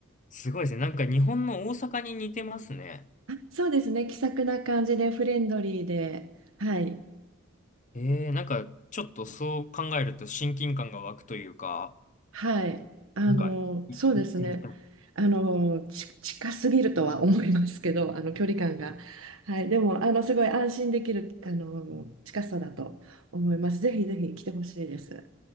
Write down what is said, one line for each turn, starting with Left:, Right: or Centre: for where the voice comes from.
Left: すごいですね。なんか日本の大阪に似てますね。
Right: あ、そうですね、気さくな感じでフレンドリーで。はい、
Left: えー、なんかちょっとそう考えると親近感が湧くというか、
Right: はい。あの、
Left: なんか、い、
Right: そうですね。
Left: 行ってみたい。
Right: あの、ち、近すぎるとは思いますけど、あの、距離感が。はい。でも、あの、すごい安心できる、あの、近さだと思います。ぜひぜひ来てほしいです。